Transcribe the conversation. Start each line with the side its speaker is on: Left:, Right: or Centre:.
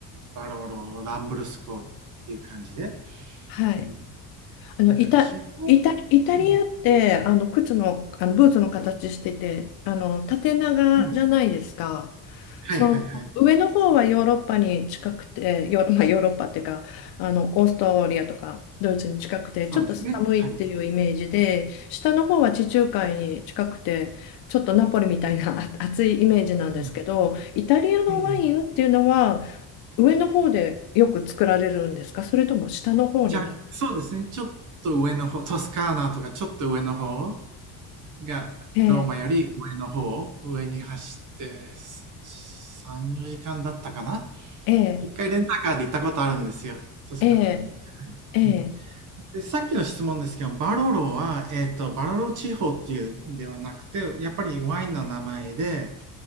Right: バローロ、ランブルスコっていう感じで。
Left: はい。
Right: うん。
Left: あの、
Right: だから地方、
Left: イタ、イタ、イタリアって、
Right: うん、
Left: あの、靴の、あの、ブーツの形してて、あの、縦長じゃないですか。
Right: うん。はいはいはい。
Left: その、上の方はヨーロッパに近くて、ヨーロ、<laughs> まあ、ヨーロッパっていうか、あの、オーストリアとかドイツに近くて、
Right: そうですね。
Left: ちょっと寒いっていうイメージで、
Right: はい。
Left: 下の方は地中海に近くて、ちょっとナポリみたいなあ <laughs> 暑いイメージなんですけど、
Right: うん。
Left: イタリアのワインっていうのは、
Right: ええ。
Left: 上の方でよく作られるんですかそれとも下の方になる
Right: じゃ、そうですね。ちょっと上の方、トスカーナとかちょっと上の方がローマより上の方、
Left: ええ
Right: を上に走って3、4時間だったかな
Left: ええ
Right: 一回レンタカーで行ったことあるんですよ、トスカーナに。
Left: ええ、ええ、
Right: うん、でさっきの質問ですけど、バロロは、えっ、と、バロロ地方っていうんではなくて、やっぱりワインの名前で、